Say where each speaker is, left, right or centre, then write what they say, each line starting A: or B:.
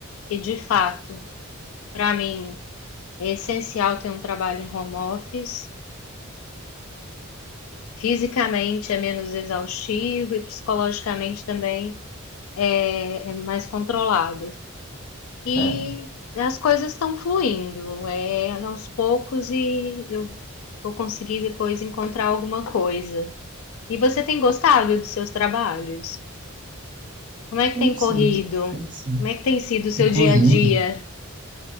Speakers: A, on the left; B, on the right.
A: que de fato, para mim, é essencial ter um trabalho em home office. Fisicamente é menos exaustivo e psicologicamente também é, é mais controlado. E
B: É,
A: as coisas estão fluindo, é aos poucos e eu vou conseguir depois encontrar alguma coisa. E você tem gostado dos seus trabalhos? Como é que
B: tenho
A: tem corrido?
B: sim, tenho sim.
A: Como é que tem sido o seu
B: Inclusive,
A: dia a dia?